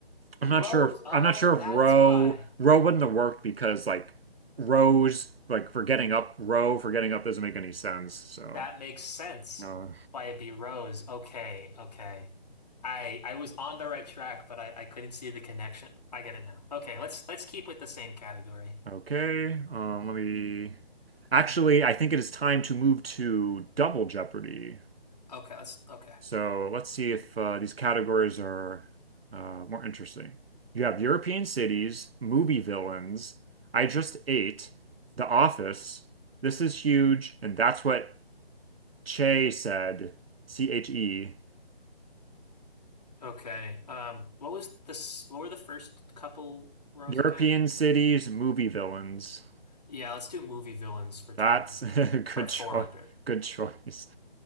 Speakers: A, on the right; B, on the left.
A: I'm
B: Rose.
A: not sure if
B: Oh,
A: I'm not sure
B: that's
A: if row
B: why.
A: row wouldn't have worked because like rows like for getting up row for getting up doesn't make any sense. So
B: That makes sense.
A: uh,
B: Why it'd be Rose. Okay, okay. I I was on the right track, but I, I couldn't see the connection. I get it now. Okay, let's let's keep with the same category.
A: Okay. Um, let me. Actually, I think it is time to move to Double Jeopardy.
B: Okay, let's okay.
A: So let's see if uh, these categories are uh, more interesting. You have European cities, movie villains, I Just Ate, The Office, This Is Huge, and That's What Che said, C-H-E.
B: Okay. Um, what was this? What were the first couple rows
A: European
B: again?
A: cities, movie villains.
B: Yeah, let's do movie villains for 200
A: That's <laughs> a good
B: or 400.
A: choice. Good choice.